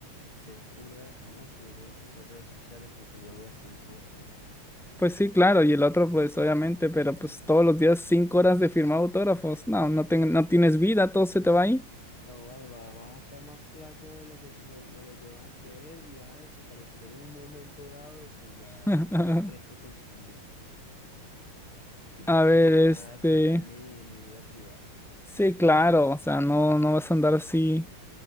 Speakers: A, on the left; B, in the centre.
A: ser burda de famoso y no tener que usar redes sociales porque igual voy a seguir siendo famoso.
B: Pues sí, claro, y el otro, pues obviamente, pero pues todos los días cinco horas de firmar autógrafos. No, no, ten- no tienes vida, todo se te va ahí.
A: No, va- vas a estar más flaco de lo que, de, de lo que vas a creer y vas a desaparecer en un momento dado de que ya
B: <laughs>
A: el, el estrés te consumió. Yo
B: A
A: preferiría
B: ver, este.
A: cuidar mi, mi vida privada.
B: Sí, claro, o sea, no, no vas a andar así